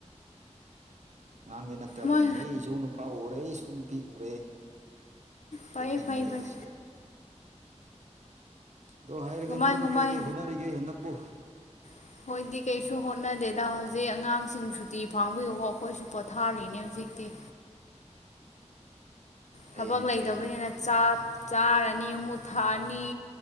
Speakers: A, on the right (about 70°); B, on the left (about 70°).
A: ꯑꯉꯥꯡꯗꯤꯦ ꯅꯠꯇ꯭ꯔꯕꯅꯦꯍꯦ
B: ꯃꯣꯏ
A: ꯑꯩꯁꯨ ꯅꯨꯄꯥ ꯎꯔꯦ ꯑꯩꯁꯨ ꯅꯨꯄꯤ ꯎꯔꯦ
B: ꯐꯩ
A: ꯀꯩ ꯍꯥꯅꯤꯡꯉꯥꯏ
B: ꯐꯩ
A: ꯂꯩꯒꯦ
B: ꯐꯩ
A: ꯁꯤꯗꯥ ꯑꯗꯣ ꯍꯥꯏꯔꯒ
B: ꯀꯃꯥꯏ
A: ꯅꯣꯏꯕꯨ
B: ꯀꯃꯥꯏ
A: ꯀꯩ ꯀꯩ ꯍꯣꯠꯅꯔꯤꯒꯦ ꯍꯟꯗꯛꯄꯨ
B: ꯑꯩꯈꯣꯏꯗꯤ ꯀꯩꯁꯨ ꯍꯣꯠꯅꯗꯦꯗ ꯍꯧꯖꯤꯛ ꯑꯉꯥꯡꯁꯤꯡꯁꯨ ꯁꯨꯇꯤ ꯐꯪꯕꯒꯤ ꯍꯣ ꯑꯩꯈꯣꯏꯁꯨ ꯄꯣꯊꯥꯔꯤꯅꯦ ꯍꯧꯖꯤꯛꯇꯤ
A: ꯐꯩꯅꯦ
B: ꯊꯕꯛ ꯂꯩꯇꯕꯅꯤꯅ
A: ꯐꯩꯅꯦ
B: ꯆꯥꯛ ꯆꯥꯔꯅꯤ ꯃꯨꯛ ꯊꯛꯑꯅꯤ